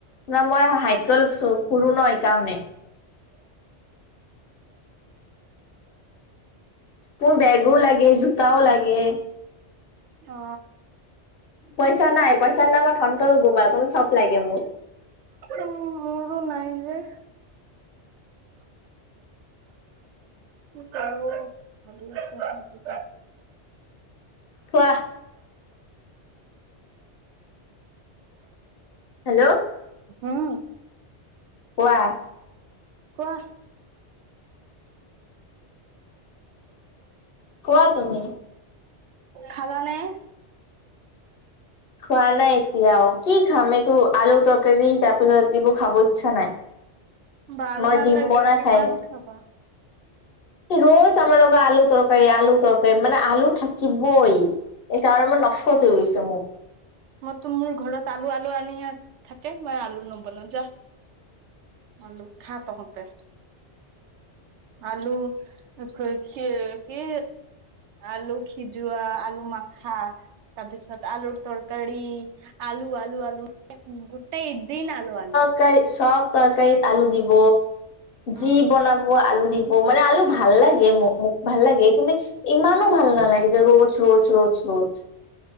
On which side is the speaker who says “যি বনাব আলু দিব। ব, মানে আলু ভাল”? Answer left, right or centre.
Left